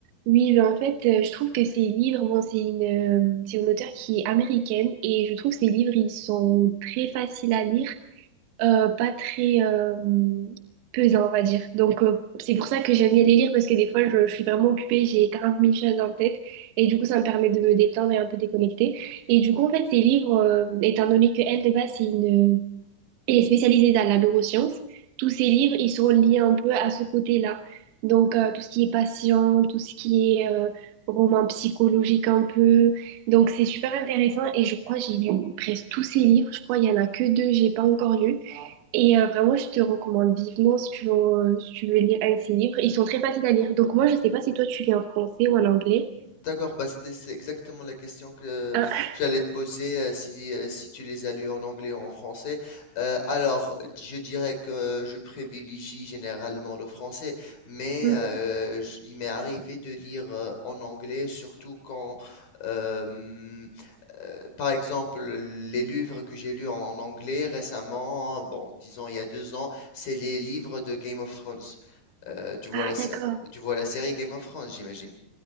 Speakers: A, on the right (about 75°); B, on the left (about 50°).
A: Oui, ben en fait, euh, je trouve que ces livres, bon, c'est une, euh, c'est une auteure qui est américaine et je trouve que ces livres, ils sont très faciles à lire, euh, pas très euh, pesants, on va dire. Donc, euh, c'est pour ça que j'aime bien les lire parce que des fois, je, je suis vraiment occupée, j'ai 40 mille choses en tête et du coup, ça me permet de me détendre et un peu déconnecter. Et du coup, en fait, ces livres, euh, étant donné que elle, de base, c'est une et est spécialisée dans la neuroscience. Tous ses livres, ils sont liés un peu à ce côté-là. Donc, euh, tout ce qui est patient, tout ce qui est euh, roman psychologique un peu. Donc, c'est super intéressant et je crois que j'ai lu presque tous ses livres. Je crois qu'il n'y en a que deux, j'ai pas encore lu. Et euh, vraiment, je te recommande vivement si tu veux, si tu veux lire un de ses livres. Ils sont très faciles à lire. Donc, moi, je sais pas si toi, tu lis en français ou en anglais.
B: D'accord, bah c'était c'est exactement la question que
A: Hein
B: j'allais te poser euh, si, euh, si tu les as lus en anglais ou en français. Euh, alors, je dirais que je privilégie généralement le français, mais
A: Mhm.
B: euh, j- il m'est arrivé de lire euh, en anglais, surtout quand, euh, euh, par exemple, les livres que j'ai lus en anglais récemment, bon, disons il y a deux ans, c'est les livres de Game of Thrones. Euh, tu vois
A: Ah,
B: la, sé-
A: d'accord.
B: tu vois la série Game of Thrones, j'imagine.